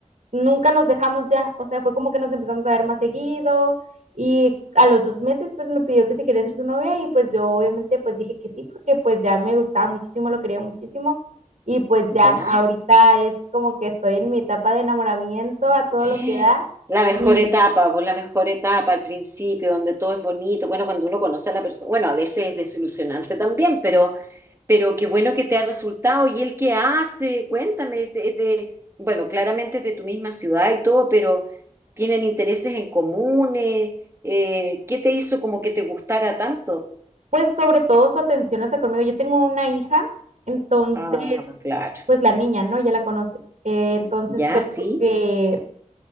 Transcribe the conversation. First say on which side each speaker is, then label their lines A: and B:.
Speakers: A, on the right; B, on the right.
A: nunca nos dejamos ya, o sea, fue como que nos empezamos a ver más seguido y a los dos meses pues me pidió que si quería ser su novia y pues yo obviamente pues dije que sí porque pues ya me gustaba muchísimo, lo quería muchísimo y pues ya,
B: ya.
A: ahorita es como que estoy en mi etapa de enamoramiento a todo
B: Eh,
A: lo que da
B: La mejor
A: y
B: etapa, pues la mejor etapa al principio, donde todo es bonito, bueno, cuando uno conoce a la persona, bueno, a veces es desilusionante también, pero... Pero qué bueno que te ha resultado. ¿Y él qué hace? Cuéntame, es es de, bueno, claramente es de tu misma ciudad y todo, pero ¿tienen intereses en común? Eh, eh, ¿qué te hizo como que te gustara tanto?
A: pues sobre todo su atención hacia conmigo. Yo tengo una hija, entonces
B: Ah, claro.
A: pues la niña, ¿no? Ya la conoces. Eh, entonces
B: Ya,
A: creo
B: sí.
A: que